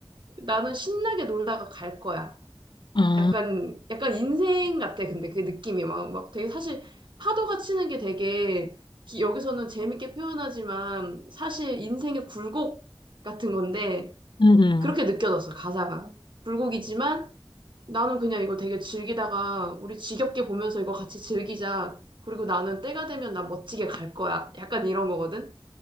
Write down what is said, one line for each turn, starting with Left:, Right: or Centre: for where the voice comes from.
Right: 나는 신나게 놀다가 갈 거야.
Left: 음,
Right: 약간, 약간 인생 같아, 근데 그 느낌이 막, 막 되게 사실 파도가 치는 게 되게 기- 여기서는 재밌게 표현하지만 사실 인생의 굴곡 같은 건데
Left: 음, 음.
Right: 그렇게 느껴졌어, 가사가. 굴곡이지만 나는 그냥 이거 되게 즐기다가 우리 지겹게 보면서 이거 같이 즐기자. 그리고 나는 때가 되면 난 멋지게 갈 거야. 약간 이런 거거든?